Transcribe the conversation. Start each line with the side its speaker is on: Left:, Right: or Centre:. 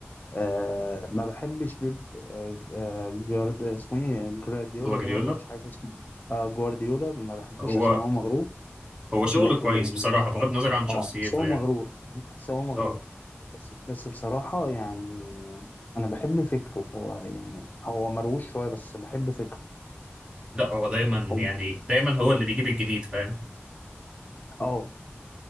Left: آه ما بحبش بيب آه آه، جارد اسمه ايه جوارديولا
Right: جوارديولا
Left: ده ولا مش عارف اسمه آه جوارديولا ما بحبوش
Right: هو
Left: عشان هو مغرور
Right: هو شغل
Left: لكن
Right: كويس بصراحة بغض النظر عن شخصيته
Left: اه بس هو
Right: يعني
Left: مغرور <laughs> بس هو مغرور
Right: اه
Left: بس بس بصراحة يعني أنا بحب فكره هو يعني هو مروش شوية بس بحب فكره
Right: لا هو دايما يعني
Left: هو-
Right: دايما هو اللي بيجيب الجديد فاهم
Left: اه